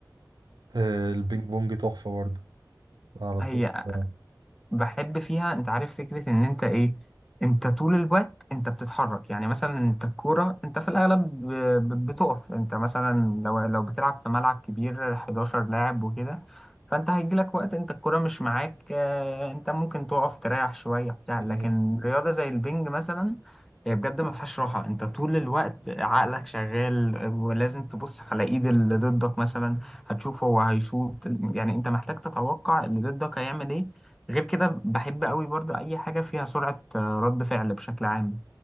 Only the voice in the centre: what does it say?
هي
بحب فيها انت عارف فكرة ان انت ايه انت طول الوقت انت بتتحرك يعني مثلا انت الكورة انت في الاغلب ب- ب- بتقف انت مثلا لو لو بتلعب في ملعب كبير 11 لاعب وكده فانت هيجيلك وقت انت الكورة مش معاك اه، انت ممكن تقف تريح شوية بتاع
لكن رياضة زي البنج مثلا هي بجد ما فيهاش راحة انت طول الوقت عقلك شغال ولازم تبص على ايد اللي ضدك مثلا هتشوف هو هيشوط يعني انت محتاج تتوقع اللي ضدك هيعمل ايه غير كده بحب قوي برضو اي حاجه فيها سرعه آه، رد فعل بشكل عام